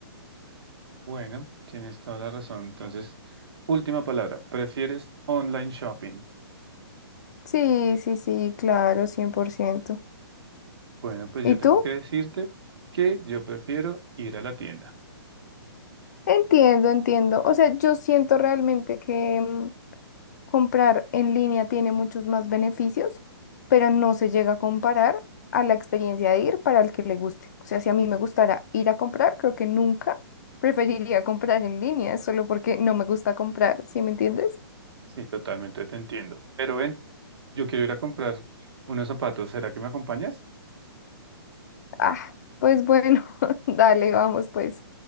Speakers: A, on the right; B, on the left.
A: Bueno, tienes toda la razón. Entonces, última palabra, ¿prefieres online shopping?
B: Sí, sí, sí, claro, cien por ciento
A: Bueno, pues
B: ¿Y
A: yo
B: tú?
A: tengo que decirte que yo prefiero ir a la tienda.
B: Entiendo, entiendo. O sea, yo siento realmente que... mm, Comprar en línea tiene muchos más beneficios, pero no se llega a comparar a la experiencia de ir para el que le guste. O sea, si a mí me gustara ir a comprar, creo que nunca preferiría comprar en línea, solo porque no me gusta comprar, ¿sí me entiendes?
A: Sí, totalmente te entiendo. Pero ven, yo quiero ir a comprar unos zapatos. ¿Será que me acompañas?
B: Ah, pues bueno, <laughs> dale, vamos pues.